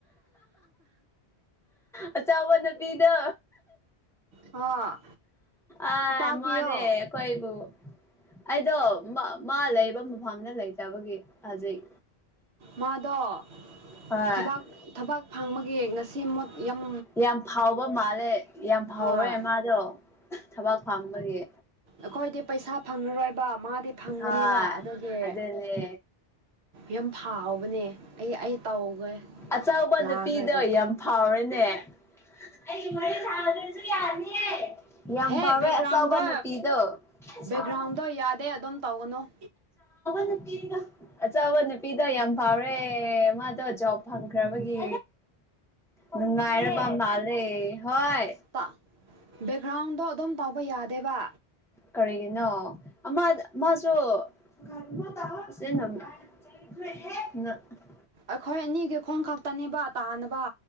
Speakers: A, in the centre; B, on the right (about 70°).
A: ꯑꯆꯥꯎꯕ ꯅꯨꯄꯤꯗꯣ
B: ꯑ
A: ꯑꯥꯏ
B: ꯄꯥꯛꯄꯤꯌꯣ
A: ꯃꯥꯅꯦ ꯈꯣꯏꯕꯨ ꯑꯩꯗꯣ ꯃꯥ ꯂꯩꯕ ꯃꯐꯝꯗ ꯂꯩꯇꯕꯒꯤ ꯍꯧꯖꯤꯛ
B: ꯃꯥꯗꯣꯕ
A: ꯍꯣꯏ
B: ꯊꯕꯥꯛ ꯊꯕꯛ ꯐꯪꯕꯒꯤ ꯉꯁꯤ ꯌꯝ
A: ꯌꯥꯝ ꯐꯥꯎꯕ ꯃꯥꯜꯂꯦ ꯌꯥꯝ ꯐꯥꯎꯔꯦ
B: ꯍꯣꯏ
A: ꯃꯥꯗꯣ ꯊꯕꯥꯛ ꯐꯪꯕꯒꯤ
B: ꯑꯈꯣꯏꯗꯤ ꯄꯩꯁꯥ ꯐꯪꯔꯔꯣꯏꯕ ꯃꯥꯗꯤ ꯐꯪꯒꯅꯦꯕ
A: ꯍꯣꯏ
B: ꯑꯗꯨꯒꯤ
A: ꯑꯗꯨꯅꯦ
B: ꯌꯥꯝ ꯐꯥꯎꯕꯅꯦ ꯑꯩ ꯑꯩ ꯇꯧꯒꯦ
A: ꯑꯆꯧꯕ
B: ꯂꯥꯛꯔꯗꯤ
A: ꯅꯨꯄꯤꯗꯣ ꯌꯥꯝ ꯐꯥꯎꯔꯦꯅꯦ <unintelligible> ꯌꯥꯝ
B: ꯍꯦ
A: ꯐꯥꯎꯔꯦ
B: ꯕꯦꯛꯒ꯭ꯔꯥꯎꯟꯗꯣ
A: ꯑꯆꯧꯕ ꯅꯨꯄꯤꯗꯣ <unintelligible> ꯑꯆꯥꯎꯕ
B: ꯕꯦꯛꯒ꯭ꯔꯥꯎꯟꯗꯣ ꯌꯥꯗꯦ ꯑꯗꯨꯝ ꯇꯧꯒꯅꯨ
A: ꯅꯨꯄꯤꯗꯣ ꯑꯆꯥꯎꯕ ꯅꯨꯄꯤꯗꯣ ꯌꯥꯝ ꯐꯥꯎꯔꯦ ꯃꯥꯗꯣ ꯖꯣꯕ ꯐꯪꯈ꯭ꯔꯕꯒꯤ ꯅꯨꯡꯉꯥꯏꯔꯕ ꯃꯥꯜꯂꯦ ꯍꯣꯏ
B: ꯄ ꯕꯦꯛꯒ꯭ꯔꯥꯎꯟꯗꯣ ꯑꯗꯨꯝ ꯇꯧꯕ ꯌꯥꯗꯦꯕ
A: ꯀꯔꯤꯒꯤꯅꯣ ꯑꯃ ꯃꯥꯁꯨ <unintelligible>
B: ꯑꯈꯣꯏ ꯑꯅꯤꯒꯤ ꯈꯣꯡ ꯈꯛꯇꯅꯦꯕ ꯇꯥꯅꯕ